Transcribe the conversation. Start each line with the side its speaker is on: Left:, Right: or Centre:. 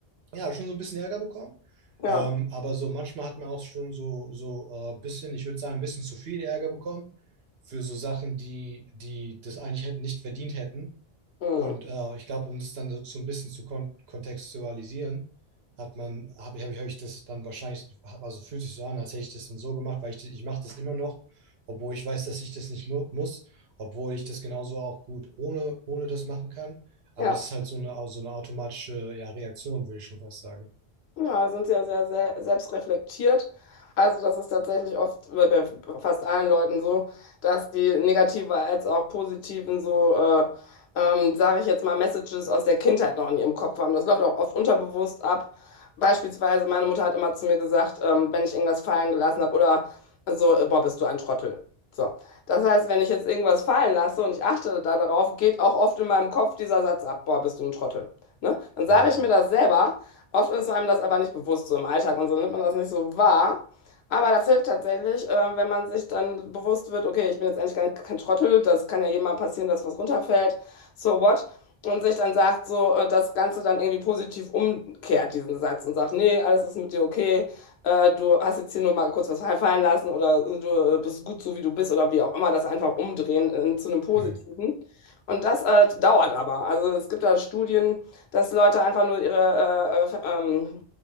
Right: ja, schon so ein bisschen Ärger bekommen.
Left: Ja.
Right: Ähm, aber so manchmal hat man auch schon so, so äh, bisschen, ich würde sagen, ein bisschen zu viel Ärger bekommen für so Sachen, die, die das eigentlich hätten nicht verdient hätten.
Left: Hm.
Right: Und äh, ich glaube, um das dann so so ein bisschen zu kon kontextualisieren, hat man, habe ich, hab ich, hab ich das dann wahrscheinlich, hab- also fühlt sich so an, als hätte ich das dann so gemacht, weil ich, ich mache das immer noch, obwohl ich weiß, dass ich das nicht mu muss, obwohl ich das genauso auch gut ohne, ohne das machen kann. Aber
Left: Ja.
Right: das ist halt so eine, so eine automatische, ja, Reaktion, würde ich schon fast sagen.
Left: Ja, sind sie ja sehr, sehr selbstreflektiert. Also das ist tatsächlich oft bei bei fast allen Leuten so, dass die negativen als auch positiven so, äh, ähm, sage ich jetzt mal, Messages aus der Kindheit noch in ihrem Kopf haben. Das läuft auch oft unterbewusst ab. Beispielsweise meine Mutter hat immer zu mir gesagt, ähm, wenn ich irgendwas fallen gelassen habe oder so, äh, boah, bist du ein Trottel. So. Das heißt, wenn ich jetzt irgendwas fallen lasse und ich achte da darauf, geht auch oft in meinem Kopf dieser Satz ab, boah, bist du ein Trottel. Ne? Dann sage
Right: Hm.
Left: ich mir das selber. Oft ist einem das aber nicht bewusst so im Alltag und so nimmt man das nicht so wahr. Aber das hilft tatsächlich, äh, wenn man sich dann bewusst wird, okay, ich bin jetzt eigentlich gar nicht, kein Trottel, das kann ja jedem mal passieren, dass was runterfällt, so what? Und sich dann sagt, so äh, das Ganze dann irgendwie positiv umkehrt, diesen Satz, und sagt, nee, alles ist mit dir okay, äh, du hast jetzt hier nur mal kurz was fallen lassen oder du äh, bist gut so, wie du bist oder wie auch immer, das einfach umdrehen äh, zu einem Positiven.
Right: Mhm,
Left: Und das äh, dauert aber. Also es gibt da Studien dass Leute einfach nur ihre äh, äh, ähm,